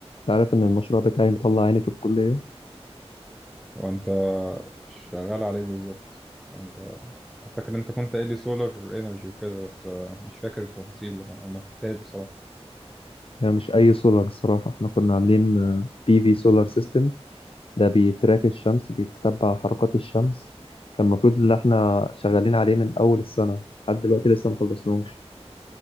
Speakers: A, on the left; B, in the centre.
A: تعرف ان المشروع بتاعي مطلع عيني في الكلية
B: وانت شغال عليه بالظبط يعني انت فاكر انت كنت قايل لي سولار انرجي وكده بس آه، مش فاكر التفاصيل او ما فهمتهاش بصراحه
A: هي مش اي سولار الصراحة احنا كنا عاملين بي في سولار سيستم ده بيتراك الشمس بيتتبع حركات الشمس كان المفروض ان احنا شغالين عليه من اول السنة لحد دلوقتي لسه مخلصناش